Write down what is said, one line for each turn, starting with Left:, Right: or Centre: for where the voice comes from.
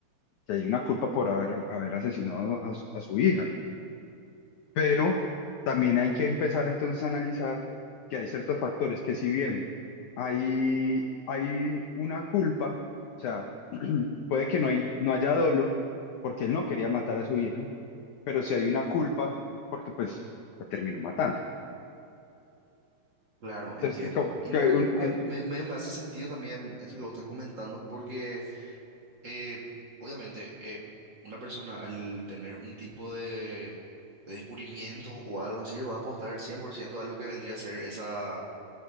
Left: que hay una culpa por haber,
Right: Ujú.
Left: haber asesinado a, a su a su hija. Pero también hay que empezar entonces a analizar que hay ciertos factores que si bien hay, hay una culpa, o sea, <clears throat> puede que no, hay, no haya dolo porque él no quería matar a su hija, pero si hay una culpa porque pues la terminó matando.
Right: Claro, entiendo.
Left: Entonces, como
Right: Y
Left: que
Right: la verdad
Left: un-
Right: que me,
Left: hay-
Right: me, medio me hace sentido también eso que vos estás comentando, porque eh, obviamente eh, una persona al tener un tipo de, de descubrimiento o algo así va a apostar 100% a lo que vendría a ser esa.